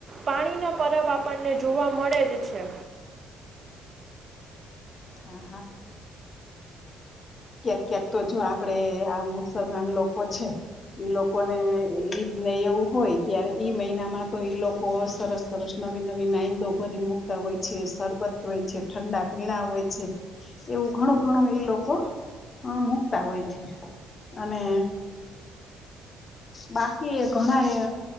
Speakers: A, on the right; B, on the left.
A: પાણી ના પરબ આપણને જોવા મળે જ છે.
B: હા હા ક્યાંક ક્યાંક તો જો આપડે આ મુસલમાન લોકો છે. ઈ લોકોને ઈદ ને એવું હોય ત્યારે ઈ મહિનામાં તો ઈ લોકો સરસ સરસ નવી નવી નાઈંદો ભરી મુક્તા હોય છે શરબત હોય છે ઠંડા પીણા હોય છે એવું ઘણું ઘણું એ લોકો હા મૂકતા હોય છે અને બાકી ઘણા એ